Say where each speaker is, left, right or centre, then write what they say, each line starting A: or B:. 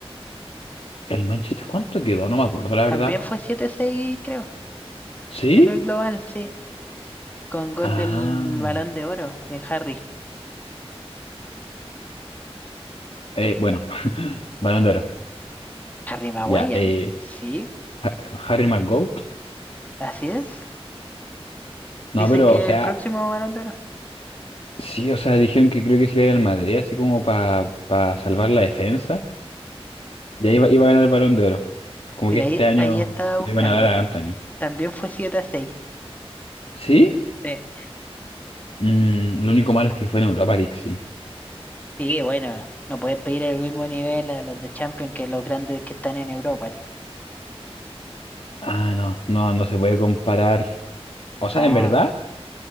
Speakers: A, on the left (about 60°); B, on the left (about 15°).
A: el Manchester, ¿cuánto quedó? No me acuerdo, la verdad.
B: También fue siete seis creo,
A: ¿Sí?
B: en el global, sí, con gol
A: Ah.
B: del Balón de Oro de Harry.
A: Eh, bueno, <laughs> Balón de Oro.
B: Harry Maguire,
A: Ya, eh,
B: sí,
A: Ha- Harry McGoat.
B: así es.
A: No,
B: Dicen
A: pero,
B: que
A: o sea,
B: el próximo Balón de Oro.
A: sí, o sea, dijeron que creo que se iba a ir al Madrid, así como para salvar la defensa. Y ahí iba, iba a ganar el Balón de Oro. Como
B: Mira,
A: que este
B: ahí,
A: año
B: ahí estaba
A: le
B: buscando.
A: iban a dar a Anthony.
B: También fue siete a seis
A: ¿Sí?
B: Sí,
A: Mm, lo único malo es que fue en Europa League, sí.
B: Sí, bueno, no puedes pedir el mismo nivel a los de Champions que a los grandes que están en Europa League.
A: Ah, no, no, no se puede comparar. O sea,
B: No,
A: en verdad,